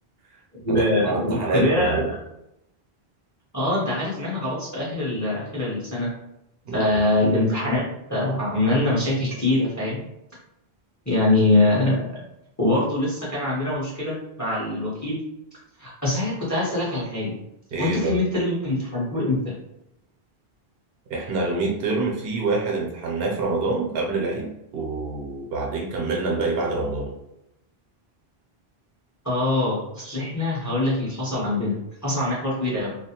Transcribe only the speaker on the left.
ال-
الكليه
اه انت عارف ان احنا خلاص في اخر ال... اخر السنه
فالامتحانات آه، عامله لنا مشاكل كتيره فاهم يعني آه، وبرضه لسه كان عندنا مشكله مع الوكيل آه، صحيح كنت عايز اسالك على حاجه
وانتوا
في الميد ترم امتحنتوه امتى
اه اصل احنا هقول لك اللي حصل عندنا حصل عندنا حوار كبير قوي